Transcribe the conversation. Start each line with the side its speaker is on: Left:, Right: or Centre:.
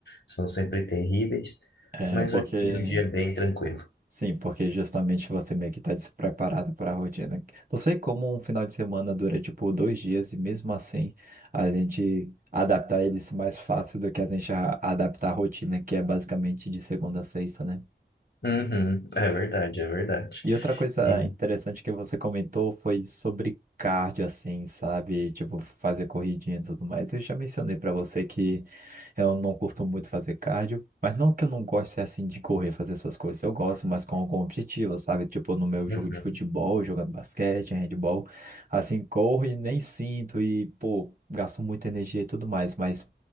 Left: são sempre terríveis,
Right: É
Left: mas
Right: porque,
Left: hoje foi um dia bem tranquilo.
Right: sim, porque justamente você meio que tá despreparado para a rotina. Não sei como um final de semana dura tipo dois dias e mesmo assim a gente adaptar eles mais fácil do que a gente a- adaptar a rotina, que é basicamente de segunda a sexta, né?
Left: Uhum, é verdade, é verdade.
Right: E outra coisa
Left: E,
Right: interessante que você comentou foi sobre cardio, assim, sabe? Tipo, fazer corridinha e tudo mais. Eu já mencionei pra você que eu não curto muito fazer cardio, mas não que eu não goste, assim, de correr, fazer essas coisas. Eu gosto, mas com algum objetivo, sabe? Tipo, no meu jogo
Left: uhum,
Right: de futebol, jogando basquete, handball, assim, corro e nem sinto e, pô, gasto muita energia e tudo mais. Mas